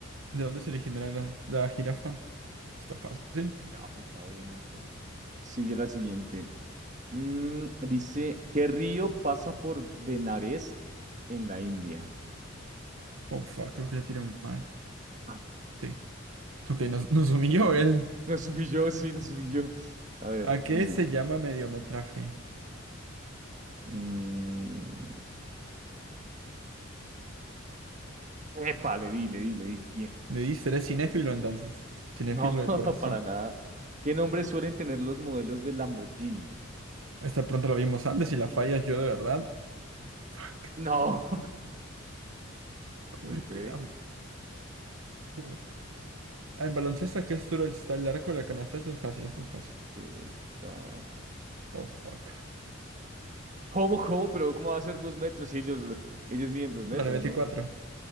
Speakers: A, on the right (about 85°); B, on the right (about 35°).
A: ¿De dónde se originará la, la jirafa? Está fácil.
B: De África, obviamente. Sigue la siguiente. Mm, dice, ¿qué río pasa por Benares en la India?
A: Oh, fuck, creo que la tiré mal.
B: Ah,
A: Sí. Ok, nos, nos humilló él.
B: <laughs> Nos subí yo, sí, nos subí yo. A ver,
A: ¿A
B: dice.
A: qué se llama mediometraje?
B: mm, Epa, le di, le di, le di. Bien.
A: Me dice, eres cinéfilo entonces. Cinéfilo
B: No,
A: de
B: <laughs>
A: corazón.
B: para nada. ¿Qué nombres suelen tener los modelos de Lamborghini?
A: Esta pronto la vimos antes y la fallas yo de verdad. Fuck,
B: No. <laughs>
A: ¿cómo
B: Ok,
A: le pegamos? ¿Cómo? Ah, en baloncesto, ¿a ¿qué es duro está el arco de la canasta? Esto es fácil, esto es fácil.
B: sí, esto está.
A: Oh, fuck.
B: ¿Cómo, cómo? Pero ¿cómo va a ser dos metros si ellos, ellos miden dos metros,
A: Bueno, La veinticuatro.
B: ¿no?